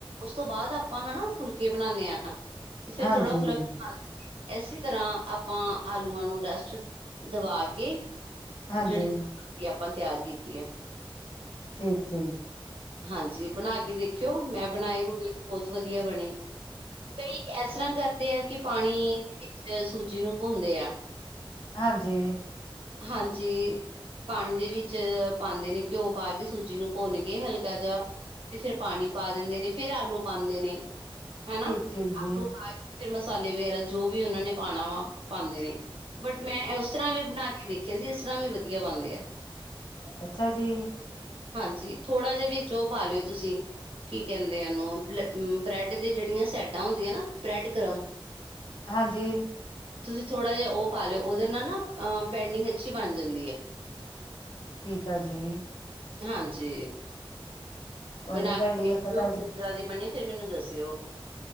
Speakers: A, on the right; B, on the left.
A: ਉਸ ਤੋਂ ਬਾਦ ਆਪਾਂ ਹਨਾ ਫੁਲਕੇ ਬਣਾ ਨੇ ਤੇ ਫ਼ੇਰ
B: ਹਾਂਜੀ
A: ਥੋੜ੍ਹਾ ਫਲ <unintelligible> ਐਸੀ ਤਰ੍ਹਾਂ ਆਪਾਂ ਆਲੂਆਂ ਨੂੰ ਰੈਸਟ ਦਵਾ ਕੇ
B: ਹਾਂਜੀ
A: ਜੇੜੀ <inaudible> ਤਿਆਰ ਕੀਤੀ ਆ
B: ਠੀਕ-ਠੀਕ
A: ਹਾਂਜੀ ਬਣਾ ਕੇ ਦੇਖਿਓ ਮੈਂ ਬਣਾਏ ਹੋਏ ਨੇ ਬੋਤ ਵਧੀਆਂ ਬਣੇ ਕਈ ਐਸ ਤਰ੍ਹਾਂ ਕਰਦੇ ਆ ਕੀ ਪਾਣੀ ਦੇ ਵਿੱਚ ਸੂਜੀ ਨੂੰ ਭੁੰਦੇ ਆ।
B: ਹਾਂਜੀ।
A: ਹਾਂਜੀ। ਪਾਣੀ ਦੇ ਵਿੱਚ ਪਾਂਦੇ ਨੇ ਘਿਓ ਪਾਕੇ ਸੂਜੀ ਨੂੰ ਭੁੰਨ ਕੇ ਹਲਕਾ ਜਾ ਤੇ ਫ਼ੇਰ ਪਾਣੀ ਪਾ ਦਿੰਦੇ ਨੇ ਫੇ਼ਰ ਆਲੂ ਪਾਂਦੇ ਨੇ ਹਨਾ
B: ਠੀਕ ਠੀਕ
A: ਆਲੂ
B: ਜੀ
A: ਪਾ ਕੇ ਫ਼ਿਰ ਮਸਾਲੇ ਵਗੈਰਾ ਜੋ ਵੀ ਓਨਾਂ ਨੇ ਪਾਣਾ ਵਾ ਪਾਂਦੇ ਨੇ। ਬਟ ਮੈਂ ਓਸ ਤਰ੍ਹਾਂ ਵੀ ਬਣਾ ਕੇ ਦੇਖਿਆਂ ਸੀ ਏਸ ਤਰ੍ਹਾਂ ਵੀ ਵਧੀਆਂ ਬਣਦੇ ਆ।
B: ਅੱਛਾ ਜੀ।
A: ਹਾਂਜੀ ਥੋੜ੍ਹਾ ਜਾ ਵਿੱਚ ਓ ਪਾ ਲਿਓ ਤੁਸੀਂ ਕੀ ਕੇਂਦੇ ਆ ਓਨੂੰ ਬਲ ਊਂ ਬਰੈੱਡ ਦੇ ਜੇੜੀਆਂ ਸੈਡਾਂ ਹੁੰਦੀਆਂ ਨਾ ਬਰੈੱਡਕਰਮ
B: ਹਾਂਜੀ।
A: ਤੁਸੀਂ ਥੋੜ੍ਹਾ ਜਾ ਓ ਪਾ ਲਿਓ ਓਦੇ ਨਾ ਨਾ ਅ ਬੈਂਡਿੰਗ ਅੱਛੀ ਬਣ ਜਾਂਦੀ ਐ।
B: ਠੀਕ ਆ ਜੀ।
A: ਹਾਂ ਜੀ
B: ਕੋਈ
A: ਬਣਾ
B: ਨੀ
A: ਕੇ
B: ਤੁਹਾਡੀ
A: ਵੇਖਿਓ
B: ਇੱਕ ਤੁਹਾਡੀ
A: ਕਿਸ ਤਰ੍ਹਾਂ ਦੇ ਬਣੇ ਫੇਰ ਮੈਨੂੰ ਦੱਸਿਓ।